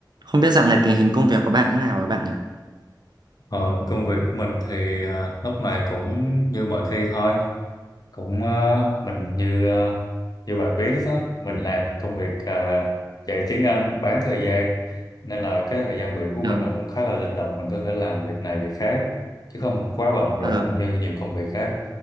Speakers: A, on the right; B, on the left.
A: Không biết dạo này tình hình công việc của bạn thế nào rồi bạn nhỉ?
B: Ờ, công việc của mình thì ờ, lúc này cũng như mọi khi thôi cũng ờ, mình như ờ, như bạn biết đó mình làm công việc ờ, dạy tiếng Anh bán thời gian nên là cái thời gian biểu của mình
A: Ờ,
B: nó cũng khá là linh động mình có thể làm việc này việc khác chứ không quá bận rộn
A: ờ,
B: như nhiều công việc khác